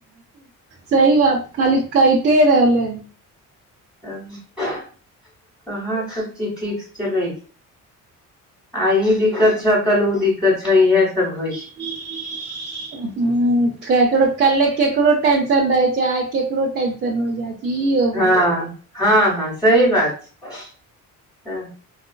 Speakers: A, on the right (about 30°); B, in the centre.
A: सही बात खाली काईटे रहलै।
B: तब कहाँ सब चीज ठीक से चलै छै। आय ई दिक्कत छ कल ओ दिक्कत छ इहे सब होइ छै।
A: <unintelligible> ह केकरो कले केकरो टेंसन रहै छै, आइ केकरो टेंसन हो जाय छै। ई होबै
B: हा, ह - ह सही बात छै।